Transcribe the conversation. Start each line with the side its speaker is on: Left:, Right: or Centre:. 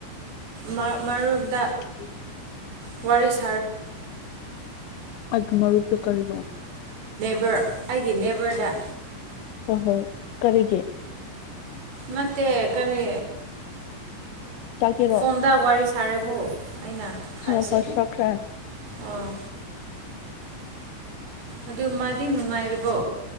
Right: ꯃꯥ ꯃꯥꯔ
Left: <unintelligible>
Right: ꯋꯥꯔꯤꯁ
Left: ꯑ ꯃꯔꯔ ꯄ ꯀꯗ
Right: <unintelligible> ꯑꯩꯒꯤ ꯅꯦꯕꯔꯗ
Left: ꯍꯣꯏ ꯍꯣ ꯀꯔꯤꯒꯦ
Right: ꯅꯠꯇꯦ ꯀꯔꯤ
Left: ꯆꯥꯒꯦꯔꯣ
Right: ꯐꯣꯟꯗ ꯋꯥꯔꯤ ꯁꯥꯔꯕꯣ ꯑꯩꯅ ꯍꯥꯏꯁꯦ
Left: ꯍꯣꯏ ꯍꯣꯏ ꯆꯥꯈ꯭ꯔꯦ
Right: ꯑꯣꯥ ꯑꯗꯨ ꯃꯥꯗꯤ ꯅꯨꯡꯉꯥꯏꯔꯕꯣ